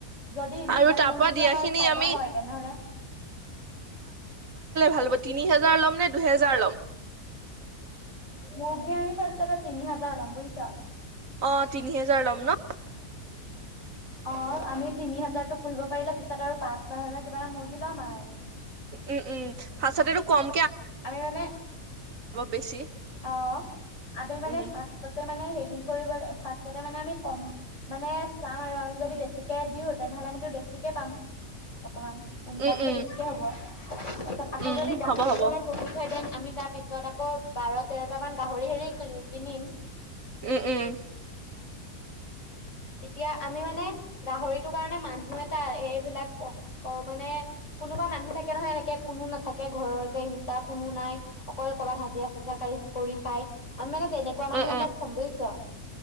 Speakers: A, on the left; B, on the right.
A: যদি লোকেল
B: আৰু তাৰ
A: মুৰ্গীটো
B: পৰা দিয়া
A: আমাৰ
B: খিনি
A: ফাইদা
B: আমি
A: হয় তেনেহলে
B: হাল তিনি হাজাৰ লম দুহেজাৰ ল'ম
A: মগি আমি ফছ্ত কা তিনিহ হাজালম পুইছ
B: অ তিনি হেজাৰ ল'ম ন
A: অ আমি তিনি হাজাৰতো পুহিব পাৰিলে পিছত আৰু পাঁচ দহ হাজাৰ কিবা এটা মুৰ্গী ল'ম আৰু
B: উম উম ভাচাতেতটো কম
A: আমি মানে
B: বেছি
A: অ আমি মানে
B: উম
A: ফাৰ্ষতে মানে হেৰি কৰিব লাগ ফাৰ্ষতে মানে আমি কম মানে চা আৰু আমি যদি বেছিকে দিওঁ তেনেহলে আমিতো বেছিকে পাম অকণমান ইনকামটো
B: উম উম
A: বেছিকে হ'ব তাৰপিছত আকৌ
B: উম
A: যদি গাহৰিটো
B: হ'ব হ'ব
A: আমাৰ ন আমি তাৰ পিছত আকৌ বাৰ তেৰটামান গাহৰি হেৰি কিনিম
B: উম উম
A: এতিয়া আমি মানে গাহৰিটোৰ কাৰণে মান মান এটা এইবিলাক ক মানে কোনোবা মানুহ থাকে নহয় এনেকে কোনো নাথাকে ঘৰৰ যে ই তাৰ কোনো নাই অকল কৰবাত হাজিৰা চাজিৰা কৰি খাই আমিানে তেনেকুৱা মানুহ
B: উম
A: এ
B: উম
A: তাত চ'ম বুজিছ